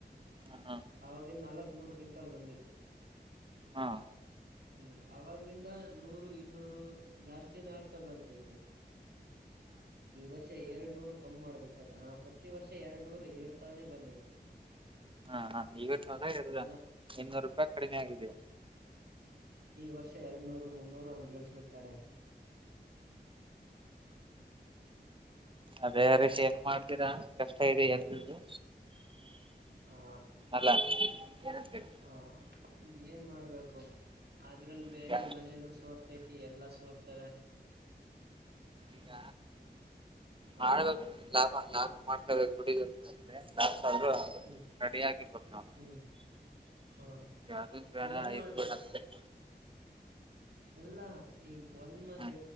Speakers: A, on the right; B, on the right.
A: ಹ ಹಾ
B: ಅವಾಗಿಂದ ನಲವತ್ತಮೂರ ಕ್ವಿಟಲ್ ಬಂದಿತ
A: ಹಾ
B: ಹು ಅವಾಗಲಿಂದ ನೂ ರು ಇನ್ನೂರು ಜಾಸ್ತಿನಾ ಆಗ್ತಾ ಬಂತಯತಿ. ಇ ವರ್ಷ ಎರಡನೂರ ಕಮ ಮಾಡ ಬಿಟ ಟ್ಟರ ಹಾ ಪ್ರತಿ ವರ್ಷ ಎರಡನೂರ ಎರತಾನೆ ಬಂದ್ಯತಿ.
A: ಹ ಹಾ ಇವತ್ತ ಅದೆ ಗೆದದ
B: ನ
A: ಇನೂರು ರೂಪಾಯಿ ಕಡಿಮೆ ಆಗಿದೆ.
B: ಇ ವರ್ಷ ಎರಡನ್ನೂರು ಮುನ್ನೂರು ಹಂಗ ಇಳಸ ಬಿಟ್ಟರೆ.
A: ಅದೆ ಯಾರಿಗ ಶೇರ್ ಮಾಡ್ತೀರಾ. ಕಷ್ಟ ಇದೆ ಎಂತದು.
B: ಹಾ
A: ಅಲ್ಲ ಏನಂತೀರಾ
B: ಹಾ ಏನ ಮಾ ಮಾಡಬೇಕು. ಅದರ ಬೇರೆ
A: ಈಗ
B: ಮನೇನು ಸೋರತಯ್ತಿ ಎಲ್ಲ ಸೊರತವೆ.
A: ಈಗ
B: ಹಾ
A: ಮಾಡ್ಬೇಕ ಅಂದ್ರೆ ಲಾಬ ಲಾಬ ಮಾಡ್ಕಬೇಕ್ ದುಡ್ಡಿ ಗಾ ಮತ್ತೆಏನ್ಲ ಸಾಬ್ರು
B: ಹ್ಮ್
A: ರೆಡಿ ಆಗಿರ್ಬೇಕು ನಾವ
B: ಹ್ಮ್ ಹಾ
A: ಅದದ ಬೇಡ
B: ಏನ್ ಮಾಡ್ತೆ
A: ಇದ ಅಂತ ಇರ.
B: ನಾನು ಒಂದು ಮಾತು
A: ಹ್ಮ